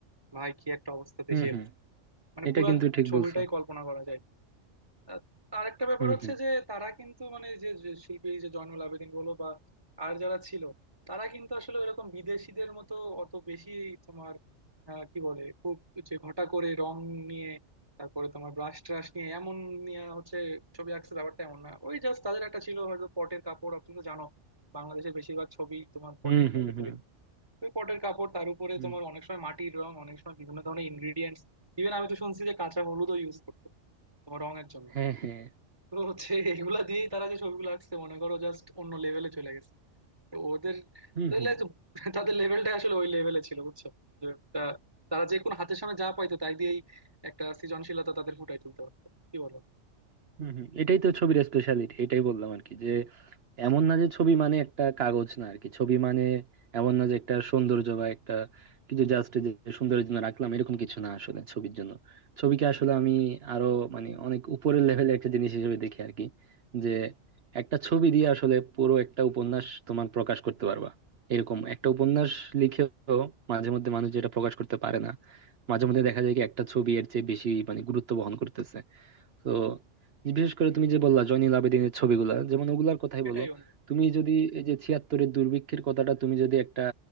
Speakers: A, on the right; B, on the right.
A: ভাই কি একটা অবস্থা
B: হুম
A: দেশের
B: হুম
A: মানে
B: এটা
A: পুরা
B: কিন্তু ঠিক
A: ছবিটাই
B: বলছো
A: কল্পনা করা যায় আহ, আর একটা ব্যাপার
B: হুম
A: হচ্ছে
B: হুম
A: যে তারা কিন্তু মানে যে যে শিল্পী যে জয়নুল আবেদিন বলো বা আর যারা ছিল তারা কিন্তু আসলে এরকম বিদেশিদের মতো অত বেশি তোমার আহ, কি বলে খুব যে ঘটা করে রং নিয়ে তারপরে তোমার ব্রাশ ট্রাশ নিয়ে এমন নিয়ে হচ্ছে ছবি আঁকছে ব্যাপারটা এমন না ওই জাস্ট তাদের একটা ছিল হয়তো পটের কাপড় আর তুমি তো জানো বাংলাদেশের বেশিরভাগ ছবি তোমার পটের
B: হুম
A: ইয়াতে
B: হুম
A: তৈরি
B: হুম
A: ওই পটের কাপড় তার উপরে
B: হুম
A: তোমার অনেক সময় মাটির রং অনেক সময় বিভিন্ন ধরনের ইনগ্রিডিয়েন্টস ইভেন আমি তো শুনছি যে কাঁচা হলুদও ইউজ করতো তোমার রঙের জন্য
B: হ্যাঁ হ্যাঁ
A: তো হচ্ছে এগুলা দিয়েই তারা যে ছবিগুলো আঁকছে মনে করো জাস্ট অন্য লেভেলে চলে গেছে তো ওদের
B: হুম
A: তাহলে
B: হুম
A: তো <laughs> তাদের লেভেলটা আসলে ওই লেভেলে ছিল বুঝছো যে একটা তারা যে কোনো হাতের সামনে যা পাইতো তাই দিয়েই একটা সৃজনশীলতা তাদের ফুটাই তুলতে পারতো কি বলো
B: হম হম এটাই তো ছবির স্পেশালিটি এটাই বললাম আর কি যে এমন না যে ছবি মানে একটা কাগজ না আর কি ছবি মানে এমন না যে একটা সৌন্দর্য বা একটা কিছু জাস্ট যে সৌন্দর্যের জন্য রাখলাম এরকম কিছু না আসলে ছবির জন্য ছবিকে আসলে আমি আরো মানে অনেক উপরের লেভেলের একটা জিনিস হিসেবে দেখি আর কি যে একটা ছবি দিয়ে আসলে পুরো একটা উপন্যাস তোমার প্রকাশ করতে পারবা এরকম একটা উপন্যাস লিখেও মাঝে মধ্যে মানুষ যেটা প্রকাশ করতে পারে না মাঝে মধ্যে দেখা যায় কি একটা ছবি এর চেয়ে বেশি মানে গুরুত্ব বহন করতেছে তো বিশেষ করে তুমি যে বললা জয়নুল আবেদিনের ছবিগুলা যেমন ওগুলার কথাই
A: এটাই
B: বলো
A: বন্ধু
B: তুমি যদি এই যে ছিয়াত্তরের দুর্ভিক্ষের কথাটা তুমি যদি একটা